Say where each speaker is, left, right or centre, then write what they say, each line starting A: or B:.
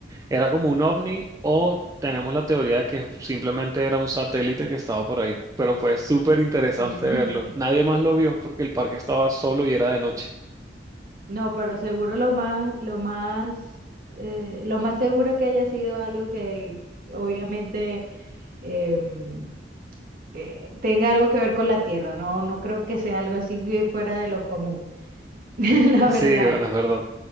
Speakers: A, on the right; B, on the right.
A: era como un ovni o tenemos la teoría de que simplemente era un satélite que estaba por ahí. Pero fue súper interesante
B: <laughs>
A: verlo. Nadie más lo vio porque el parque estaba solo y era de noche.
B: No, pero seguro lo más, lo más, eh, lo más seguro es que haya sido algo que obviamente em, eh, tenga algo que ver con la tierra, ¿no? No creo que sea algo así de fuera de lo común, <laughs> la
A: Sí,
B: verdad.
A: bueno, es verdad.